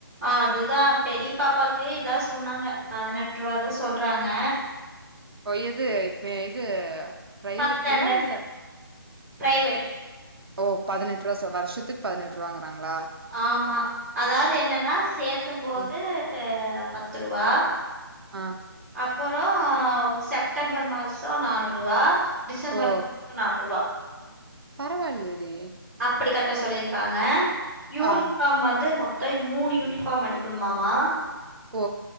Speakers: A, in the centre; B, on the right.
A: அதுதா பெரிய பாப்பாக்கு இதா சொன்னாங்க பதினெட் ரூவா தா சொல்றாங்க
B: ஓ எது இப்ப இது பிரைவேட்லயா
A: ஃபஸ்ட் ஸ்டேன்டட்
B: இல்ல
A: பிரைவேட்
B: ஓ பதினெட்ரூவா சொ வருஷத்துக்கு பதினெட்ரூவாங்கறாங்ளா
A: ஆமா அதாவது என்னன்னா சேத்தும்போது
B: ஆ
A: பத்து ரூவா
B: ஆ
A: அப்பறோ செப்டம்பர் மாசோ நால் ரூவா டிசம்பர்
B: ஓ
A: மாசோ நாலு ரூவா
B: பரவால்லயேடி
A: அப்புடி கட்ட சொல்லியிருக்காங்க யூனிஃபார்ம்
B: ஆ
A: வந்து மொத் தோ மூணு யூனிஃபார்ம் எடுக்கணுமாமா
B: ஓ